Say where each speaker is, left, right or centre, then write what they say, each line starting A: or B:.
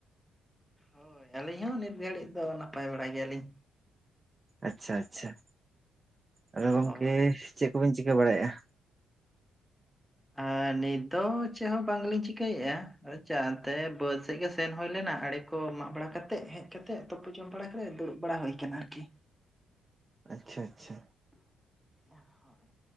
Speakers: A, in the centre; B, on the right (about 25°).
A: ᱦᱳᱭ ᱟᱹᱞᱤᱧ ᱦᱚᱸ ᱱᱤᱛ ᱜᱷᱟᱹᱲᱤᱡ ᱫᱚ ᱱᱟᱯᱟᱭ ᱵᱟᱲᱟ ᱜᱮᱭᱟᱞᱤᱧ᱾
B: ᱟᱪᱪᱷᱟ ᱟᱪᱪᱷᱟ᱾ ᱟᱫᱚ ᱜᱚᱢᱠᱮ
A: ᱦᱳᱭ᱾
B: ᱪᱮᱫ ᱠᱚᱵᱤᱱ ᱪᱤᱠᱟᱹ ᱵᱟᱲᱟᱭᱮᱜᱼᱟ?
A: ᱟᱨ ᱱᱤᱛ ᱫᱚ ᱪᱮᱫ ᱦᱚᱸ ᱵᱟᱝᱞᱤᱧ ᱪᱤᱠᱟᱹᱭᱮᱜᱼᱟ ᱟᱪᱪᱷᱟ ᱚᱱᱛᱮ ᱵᱟᱹᱫ ᱥᱮᱡ ᱜᱮ ᱥᱮᱱ ᱦᱩᱭ ᱞᱮᱱᱟ ᱟᱲᱮ ᱠᱚ ᱢᱟᱜ ᱵᱟᱲᱟ ᱠᱟᱛᱮᱫ ᱦᱮᱡ ᱠᱟᱛᱮ ᱛᱚᱯᱩ ᱡᱚᱢ ᱵᱟᱲᱟ ᱠᱟᱛᱮ ᱫᱩᱲᱩᱵ ᱵᱟᱲᱟ ᱦᱩᱭ ᱠᱟᱱᱟ ᱟᱨᱠᱤ᱾
B: ᱟᱪᱪᱷᱟ ᱟᱪᱪᱷᱟ᱾
A: ᱦᱳᱭ